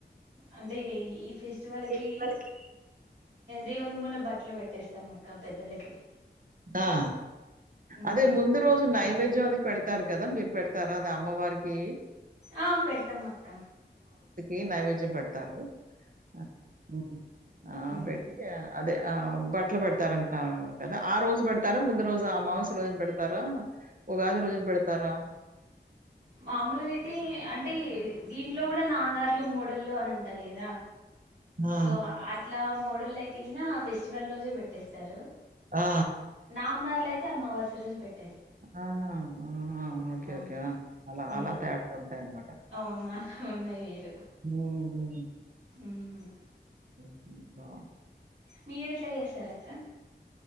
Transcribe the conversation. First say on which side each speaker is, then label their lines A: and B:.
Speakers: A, on the right; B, on the right.
A: అంటే ఈ ఫెస్ వాళ్ళకి
B: దీపావళికి
A: దేవుని మూల బట్ట ట్లు పెట్టేస్తాం అక్క పెద్దలకి
B: ఆ
A: ఉమ్
B: అదే ముందు రోజు నైవేద్య ధ్యం అది పెడతారు కదా మీరు పెడతారా అది అమ్మవారికి
A: ఆ పెడతం అక్క
B: ఈ నైవేద్యం పెడి డతారు ఆ ఉ ఆ
A: ఉమ్
B: పెట్టి అదే ఆ బట్టలు పెడతారంటా కదా ఆ రోజు పెడతారా ముందు రోజు అమావాస్య రోజున పెడతారా ఉగాది రోజున పెడతారా
A: మామూలుగా అయితే అంటే దీంట్లో కూడా నాందార్లు మూడళ్ళు అని ఉంటది కదా
B: ఆ!
A: సో అట్లా ఇలా మోడోళ్ళ అయితే ఈన ఫెస్టివల్ రోజే పెట్టేస్తారు
B: ఆ!
A: నాందార్లు అయితే అమావాస్య రోజు పేట్
B: ఆహా ఆ ఆ ఓకే
A: అవును
B: ఓకే అలా
A: ఉమ్
B: అలా తేడా ఉంటాయి అన్నమాట
A: అవును అలా ఉన్నాయి వీరు
B: ఊ ఊ
A: ఊహ్
B: అబ్బా
A: మేరెట్ల చేస్తారూ ఆ కా